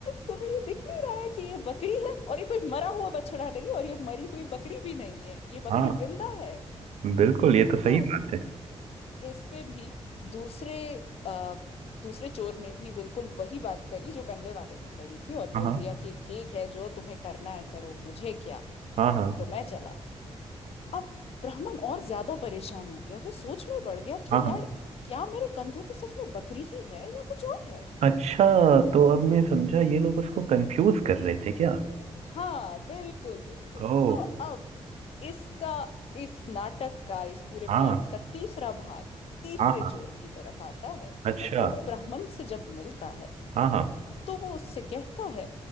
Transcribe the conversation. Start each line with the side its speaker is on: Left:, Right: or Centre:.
Left: तुम्हें ये दिख नहीं रहा है कि ये बकरी है और ये कोई मरा हुआ बछड़ा नहीं है और ये मरी हुई बकरी भी नहीं है ये बकरी
Right: हाँ
Left: जिंदा है
Right: बिल्कुल ये तो सही
Left: तो
Right: बात है
Left: इस पे भी दूसरे आ, दूसरे चोर ने भी बिल्कुल वही बात करी जो पहले वाले ने करी थी और बोल
Right: हाँ
Left: दिया कि ठीक है जो तुम्हें करना है करो मुझे क्या
Right: हाँ हाँ
Left: तो मैं चला अब ब्राह्मण और ज्यादा परेशान हो गया वो सोच में पड़ गया कि
Right: हाँ हाँ
Left: यार
Right: हाँ।
Left: क्या मेरे कंधों पे सच में बकरी ही है या कुछ और है
Right: अच्छा तो अब मैं समझा ये लोग उसको कंफ्यूज कर रहे थे क्या
Left: हाँ बिल्कुल बिल्कुल
Right: ओ
Left: तो अब इसका इस नाटक का इस पूरे
Right: हाँ
Left: प्लान का तीसरा भाग तीसरे
Right: हाँ हाँ
Left: चोर की तरफ आता है
Right: अच्छा
Left: और वो भी ब्राह्मण से जब मिलता है
Right: हाँ हाँ
Left: तो वो उससे कहता है